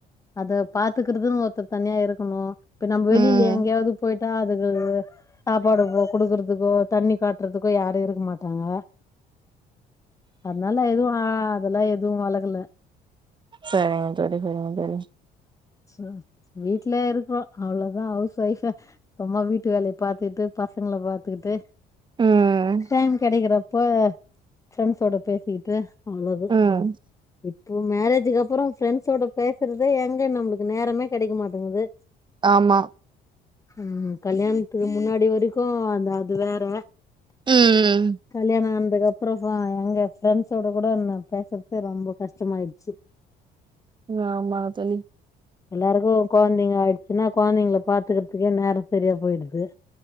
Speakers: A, on the left; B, on the right.
A: அத பாத்துக்கறதுனு ஒருத்தர் தனியாருக்கணு இப்ப நம்ம வெளியில
B: ம்
A: எங்கயாவது போயிட்டா அதுக்கு சாப்பாடு போ குடுக்குறதுக்கோ தண்ணி காட்றதுக்கோ யாரு இருக்க மாட்டாங்க அதனால எதுவு ஆ அதெல்லா எதுவு வளக்கல
B: சரிங்க தோழி சரிங்க தோழி
A: அ வீட்ல இருக்கிறோ அவ்வளதா ஹவுஸ் ஒய்ஃப சும்மா வீட்டு வேலைய பாத்துக்கிட்டு பசங்கள பாத்துக்கிட்டு
B: ம்
A: டைம் கெடைக்கிறப்ப ஃப்ரெண்ட்ஸோட பேசிக்கிட்டு அவ்வளோதா
B: ம்
A: இப்போ மேரேஜுக்கு அப்பறோ ஃப்ரெண்ட்ஸோட பேசுறதே எங்க நம்மளுக்கு நேரமே கெடைக்க மாட்டேங்குது
B: ஆமா
A: ம் கல்யாணத்துக்கு முன்னாடி வரைக்கு அந்த அது வேற
B: ம்
A: கல்யாணோ ஆனதுக்கப் அப்பறமா எங்க ஃப்ரெண்ட்ஸோட கூட ஏ பேசுறது ரொம்ப கஷ்டமாயிடுச்சு
B: ஆமா தோழி
A: எல்லாருக்கு கொழந்தைங்க ஆயிடுச்சுன்னா கொழந்தைங்கல பாத்துக்கிறதுக்கே நேரோ சரியா போயிடுது